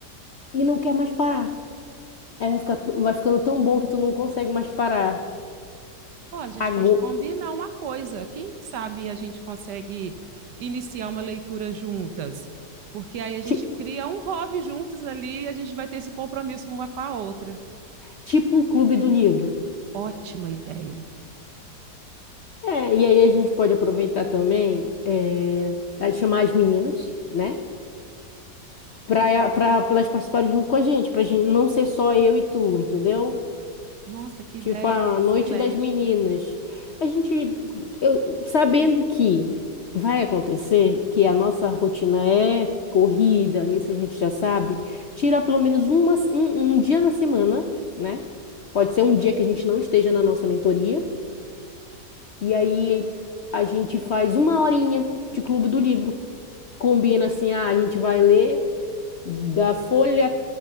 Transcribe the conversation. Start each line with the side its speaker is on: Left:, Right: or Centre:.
Left: e não quer mais parar. Aí vai ficar, vai ficando tão bom que tu não consegue mais parar.
Right: Olha, a gente
Left: Ago-
Right: pode combinar uma coisa. Quem sabe a gente consegue iniciar uma leitura juntas? Porque aí a gente
Left: ti-
Right: cria um hobby juntos ali e a gente vai ter esse compromisso uma com a outra.
Left: tipo o Clube do Livro.
Right: Ótima ideia.
Left: É, e aí a gente pode aproveitar também é, a chamar as meninas, né? Pra, pra, pra elas participarem junto com a gente, pra gente não ser só eu e tu, entendeu?
Right: Nossa, que ideia
Left: Tipo, a
Right: excelente.
Left: Noite das Meninas. A gente, eu, sabendo que vai acontecer, que a nossa rotina é corrida, isso a gente já sabe, tira pelo menos uma, um, um dia na semana, né? Pode ser um dia que a gente não esteja na nossa mentoria, e aí a gente faz uma horinha de clube do livro. Combina assim, ah, a gente vai ler da folha